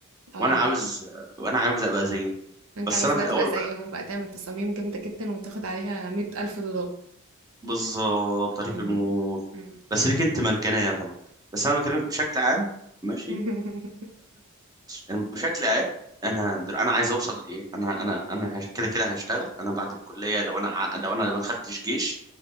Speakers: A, on the right; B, on the right.
A: اه
B: وانا عاوز وانا عاوز ابقى زيهم
A: انت
B: بس
A: عايز
B: انا في
A: بقى
B: الاول
A: تبقى زيهم
B: وفي الآخر-
A: بقى تعمل تصاميم جامدة جدا وتاخد عليها مية ألف دولار
B: بالظبط عليك
A: امم
B: نور
A: امم
B: بس ليك انت مجانيه طبعا بس انا بكلمك بشكل عام ماشي
A: <laughs>
B: يعني بشكل عام انا انا عايز اوصل لايه انا انا انا هش- كده كده هشتغل انا بعد الكليه لو انا ع- لو انا ما خدتش جيش